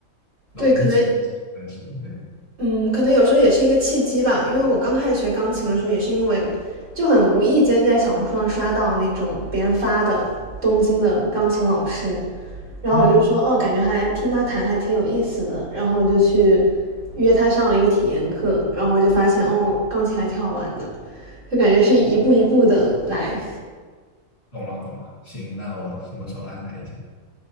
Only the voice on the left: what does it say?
然后一直开始对。
嗯
懂了懂了，行，那我什么时候安排一下？